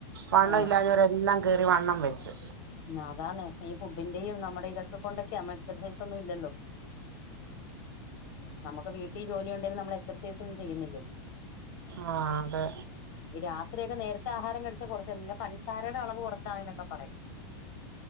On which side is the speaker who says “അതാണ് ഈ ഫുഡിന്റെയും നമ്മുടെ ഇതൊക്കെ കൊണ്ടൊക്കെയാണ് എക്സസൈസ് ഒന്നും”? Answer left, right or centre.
Left